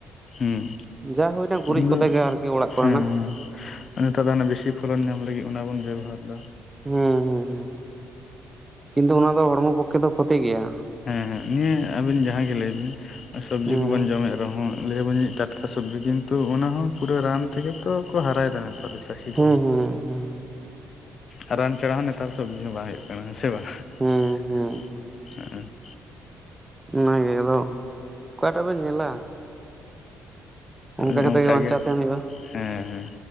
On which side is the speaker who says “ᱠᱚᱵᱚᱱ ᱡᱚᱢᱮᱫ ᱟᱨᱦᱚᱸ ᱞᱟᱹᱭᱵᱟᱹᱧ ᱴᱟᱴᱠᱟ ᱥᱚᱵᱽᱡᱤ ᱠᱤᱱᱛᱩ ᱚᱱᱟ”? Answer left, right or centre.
Left